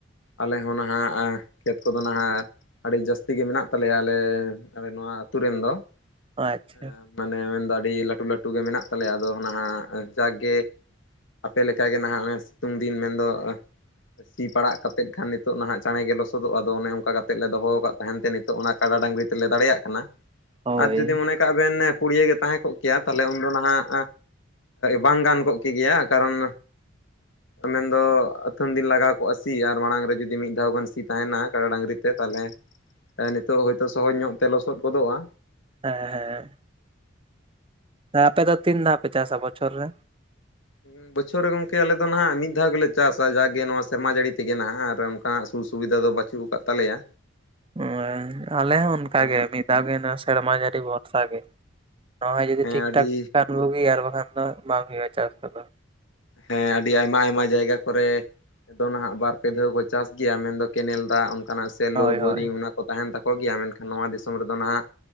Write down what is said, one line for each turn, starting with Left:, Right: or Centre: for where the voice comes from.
Left: ᱟᱞᱮ ᱦᱚᱸ ᱱᱷᱟᱜ ᱟ ᱠᱷᱮᱛ ᱠᱚᱫᱚ ᱱᱟᱦᱟ ᱟᱹᱰᱤ ᱡᱟᱹᱥᱛᱤ ᱜᱮ ᱢᱮᱱᱟᱜ ᱛᱟᱞᱮᱭᱟ ᱟᱞᱮ ᱟᱞᱮ ᱱᱚᱣᱟ ᱟᱹᱛᱩ ᱨᱮᱱ ᱫᱚ
Right: ᱟᱪᱪᱷᱟ
Left: ᱦᱮᱸᱢᱟᱱᱮ ᱢᱮᱱᱫᱚ ᱟᱹᱰᱤ ᱞᱟᱹᱴᱩ ᱞᱟᱹᱴᱩ ᱜᱮ ᱢᱮᱱᱟᱜ ᱛᱟᱞᱮᱭᱟ ᱟᱫᱚ ᱱᱟᱦᱟᱜ ᱡᱟᱠᱜᱮ ᱟᱯᱮ ᱞᱮᱠᱟᱜᱮ ᱱᱟᱦᱟᱜ ᱦᱚᱜ-ᱚᱭ ᱥᱤᱛᱩᱝ ᱫᱤᱱ ᱢᱮᱱᱫᱚ ᱥᱤ ᱯᱟᱲᱟᱜ ᱠᱟᱛᱮᱫ ᱠᱷᱟᱱ ᱱᱤᱛᱚᱜ ᱱᱟᱦᱟᱜ ᱪᱟᱬᱮ ᱜᱮ ᱞᱚᱥᱚᱫᱚᱜ ᱟᱫᱚ ᱚᱱᱮ ᱚᱱᱠᱟ ᱠᱟᱛᱮ ᱞᱮ ᱫᱚᱦᱚ ᱠᱟᱫ ᱛᱟᱦᱮᱱ ᱛᱮ ᱱᱤᱛᱚᱜ ᱚᱱᱟ ᱠᱟᱰᱟ ᱰᱟᱝᱨᱤ ᱛᱮᱞᱮ ᱫᱟᱲᱮᱭᱟᱜ ᱠᱟᱱᱟ
Right: ᱦᱳᱭ
Left: ᱟᱨ ᱡᱩᱫᱤ ᱢᱚᱱᱮ ᱠᱟᱜ ᱵᱮᱱ ᱯᱩᱲᱭᱟᱹ ᱜᱮ ᱛᱟᱦᱮᱸ ᱠᱚᱜ ᱠᱮᱭᱟ ᱛᱟᱦᱞᱮ ᱩᱱᱫᱚ ᱱᱟᱦᱟᱜ ᱵᱟᱝ ᱜᱟᱱ ᱠᱚᱜ ᱠᱮ ᱜᱮᱭᱟ ᱠᱟᱨᱚᱱ ᱢᱮᱱᱫᱚ ᱟᱹᱛᱷᱟᱹᱢ ᱫᱤᱱ ᱞᱟᱜᱟᱣ ᱠᱚᱜᱼᱟ ᱥᱤ ᱟᱨ ᱢᱟᱲᱟᱝ ᱨᱮ ᱡᱩᱫᱤ ᱢᱤᱫ ᱫᱷᱟᱣ ᱜᱟᱱ ᱥᱤ ᱛᱟᱦᱮᱱᱟ ᱠᱟᱰᱟ ᱰᱟᱝᱨᱤ ᱛᱮ ᱛᱟᱦᱞᱮ ᱮ ᱱᱤᱛᱚᱜ ᱦᱳᱭᱛᱳ ᱥᱚᱦᱚᱡᱽ ᱧᱚᱜ ᱛᱮ ᱞᱚᱥᱚᱫ ᱜᱚᱫᱚᱜᱼᱟ
Right: ᱦᱮᱸ ᱦᱮᱸ ᱦᱮᱸ ᱟᱯᱮ ᱫᱚ ᱛᱤᱱ ᱫᱷᱟᱣ ᱯᱮ ᱪᱟᱥᱟ ᱵᱚᱪᱷᱚᱨ ᱨᱮ?
Left: <unintelligible> ᱵᱚᱪᱷᱚᱨ ᱨᱮ ᱜᱚᱝᱠᱮ ᱟᱞᱮ ᱫᱚ ᱱᱟᱦᱟᱜ ᱢᱤᱫ ᱫᱷᱟᱣ ᱜᱮᱞᱮ ᱪᱟᱥᱟ ᱡᱟᱜᱮ ᱱᱚᱣᱟ ᱥᱮᱨᱢᱟ ᱡᱟᱹᱲᱤ ᱛᱮᱜᱮ ᱱᱟᱦᱟᱜ ᱟᱨ ᱚᱱᱠᱟᱱᱟᱜ ᱥᱩ-ᱥᱩᱵᱤᱫᱷᱟ ᱫᱚ ᱵᱟᱹᱪᱩᱜ ᱠᱟᱫ ᱛᱟᱞᱮᱭᱟ
Right: ᱦᱮᱸ ᱟᱞᱮ ᱦᱚᱸ ᱚᱱᱠᱟᱜᱮ
Left: ᱚᱱᱠᱟᱱᱟᱜ
Right: ᱢᱤᱫ ᱫᱷᱟᱣ ᱜᱮ ᱱᱚᱣᱟ ᱥᱮᱨᱢᱟ ᱡᱟᱹᱲᱤ ᱵᱷᱚᱨᱥᱟ ᱜᱮ ᱱᱚᱣᱟ ᱡᱩᱫᱤ
Left: ᱦᱮᱸ
Right: ᱴᱷᱤᱠ
Left: ᱟᱹᱰᱤ
Right: ᱴᱷᱟᱠ <inaudible> ᱵᱩᱜᱤ ᱟᱨ ᱵᱟᱠᱷᱟᱱ ᱫᱚ ᱵᱟᱝ ᱦᱩᱭᱩᱜᱼᱟ ᱪᱟᱥ ᱠᱚᱫᱚ
Left: ᱦᱮᱸ ᱟᱹᱰᱤ ᱟᱭᱢᱟ ᱟᱭᱢᱟ ᱡᱟᱭᱜᱟ ᱠᱚᱨᱮ ᱟᱫᱚ ᱱᱟᱦᱟᱜ ᱵᱟᱨ ᱯᱮ ᱫᱷᱟᱣ ᱠᱚ ᱪᱟᱥ ᱜᱮᱭᱟ ᱢᱮᱱᱫᱚ ᱠᱮᱱᱮᱞ ᱫᱟᱜ ᱚᱱᱠᱟᱱᱟᱜ ᱥᱮᱞᱳ
Right: ᱦᱳᱭ
Left: ᱵᱳᱨᱤᱝ
Right: ᱦᱳᱭ
Left: ᱚᱱᱟ ᱠᱚ ᱛᱟᱦᱮᱱ ᱛᱟᱠᱚ ᱜᱮᱭᱟ ᱢᱮᱱᱠᱷᱟᱱ ᱱᱚᱣᱟ ᱫᱤᱥᱚᱢ ᱨᱮᱫᱚ ᱱᱟᱦᱟᱜ